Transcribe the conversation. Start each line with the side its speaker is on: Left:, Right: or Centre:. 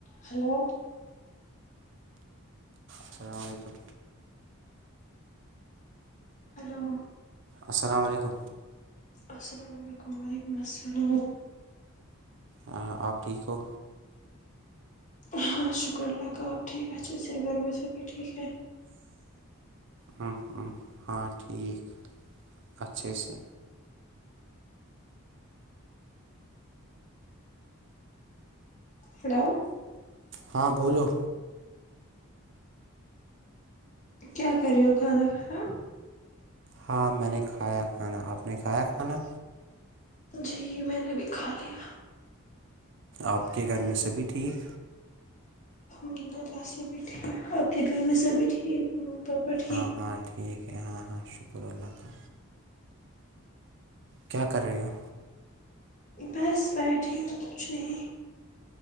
Left: ہیلو
Right: السلام علیکم
Left: ہلو
Right: السلام و علیکم
Left: السلام علیکم وعلیکم السلام
Right: ہاں آپ ٹھیک ہو
Left: ہاں شکر اللہ کا آپ ٹھیک اچھے سے گھر میں سبھی ٹھیک ہے
Right: ہوں ہوں ہاں ٹھیک اچھے سے
Left: ہیلو
Right: ہاں بولو
Left: کیا کر رہے ہو کھانا کھایا
Right: ہاں میں نے کھایا کھانا آپ نے کھایا کھانا
Left: جی میں نے بھی کھا لیا
Right: آپ کے گھر میں سبھی ٹھیک
Left: الحمد للہ سبھی ٹھیک آپ کے گھر میں سبھی ٹھیک <unintelligible>
Right: ہاں ہاں ٹھیک ہے ہاں ہاں شکر اللہ کا کیا کر رہے ہو
Left: بس بیٹھی ہوں کچھ نہیں